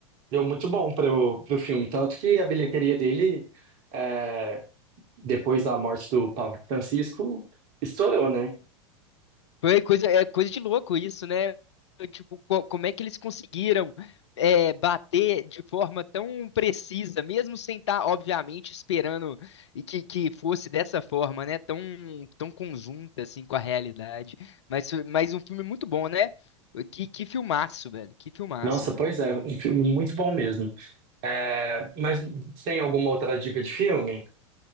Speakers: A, on the right; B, on the left.
A: deu muito bom para o filme. Tanto que a bilheteria dele, é, depois da morte do Papa Francisco, estourou, né?
B: Foi coisa, é coisa de louco isso, né? Tipo, co- como é que eles conseguiram é, bater de forma tão precisa, mesmo sem estar, obviamente, esperando e que, que fosse dessa forma, né? Tão, tão conjunta, assim, com a realidade. Mas, foi- mas um filme muito bom, né? Que, que filmaço, velho. Que filmaço,
A: Nossa,
B: velho.
A: pois é, um filme muito bom mesmo. É, mas tem alguma outra dica de filme?